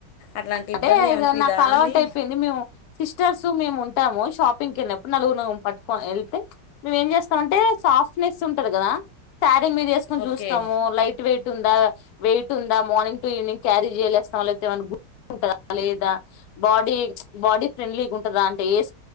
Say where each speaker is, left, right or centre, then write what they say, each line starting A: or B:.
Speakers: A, on the left; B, on the left.
A: అట్లాంటి
B: అదే
A: ఇబ్బంది ఏమనిపిదా
B: ఇగ నాకు అలవాటు
A: అని
B: అయిపోయింది మేము సిస్టర్స్ మేము ఉం టాము షాపింగ్కిిన్నినప్పుడు నలుగురు నలుగురు పట్టుకని వెళ్తే మేమేం చేస్తామంటే సాఫ్నెస్ ఉంట్ టడు కదా తా టె మీరేసుకొని
A: ఓకే
B: చూస్తాము లైట్ వెయిట్ టుంద వెయిట్ ఉందా మార్నింగ్ టు ఈవినింగ్ క్యారీ చేయలేస్తాం వాళ్లతే మన టదా లేదా బాడీ బాడీ ఫ్రెండ్లీగుంటదా అంటే ఏస్